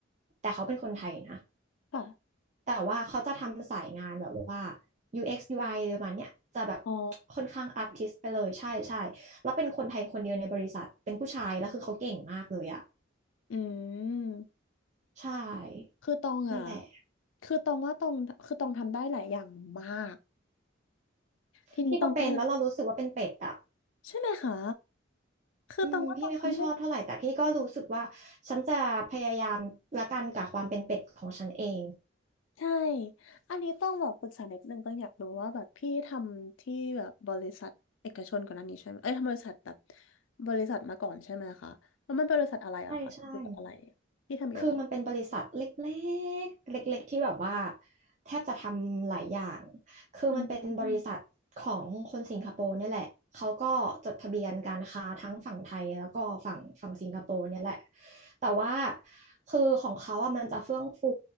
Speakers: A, on the right; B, on the left.
A: แต่เขาเป็นคนไทยนะ
B: ค่ะ
A: แต่ว่าเขาจะทำสายงานแบบว่า UX UI อกซ์ยูไออะไรประมาณเนี้ยจะแบบ
B: อ๋อ
A: ค่อนข้างอาร์ติสต์ไปเลยใช่ใช่แล้วเป็นคนไทยคนเดียวในบริษัทเป็นผู้ชายแล้วคือเขาเก่งมากเลยอะ
B: อืม
A: ใช่
B: คือตองอ่ะ
A: นั่นแหละ
B: คือตองว่าตองคือตองทำได้หลายอย่างมากทีนี้ตองก็
A: พี่ก็เป็นแล้วเรารู้สึกว่าเป็นเป็ดอะ
B: ใช่ไหมคะคือตองว่าตองทำได้
A: อืมพี่ไม่ค่อยชอบเท่าไหร่แต่พี่ก็รู้สึกว่าฉันจะพยายามละกันกับความเป็นเป็ดของฉันเอง
B: ใช่อันนี้ต้องบอกปรึกษานิดนึงต้องอยากรู้ว่าแบบพี่ทำที่แบบบริษัทเอกชนก่อนหน้านี้ใช่ไหมเอ้ยทำบริษัทแบบบริษัทมาก่อนใช่ไหมคะแล้วมันเป็นบริษัทอะไรอะคะเกี่ยวกับอะไร
A: ใช่ใช่
B: พี่ทำเกี่ยวกับ
A: คือมันเป็นบริษัทเล็กๆเล็กๆที่แบบว่าแทบจะทำหลายอย่างคือมันเป็นบริษัทของคนสิงคโปร์เนี่ยแหละเขาก็จดทะเบียนการค้าทั้งฝั่งไทยแล้วก็ฝั่งฝั่งสิงคโปร์เนี่ยแหละ
B: อืมอืม
A: แต่ว่าคือของเขาอะมันจะเฟื่องฟู